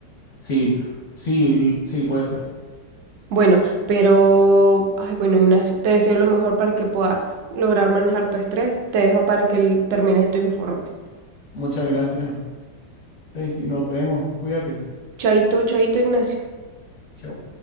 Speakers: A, on the left; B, on the right.
A: Sí, sí, l- sí, puede ser.
B: Bueno, pero, ay, bueno, Ignacio, te deseo lo mejor para que puedas lograr manejar tu estrés. Te dejo para que l- termines tu informe.
A: Muchas gracias, Daisy. Nos vemos. Cuídate.
B: Chaito, chaito, Ignacio.
A: Chao.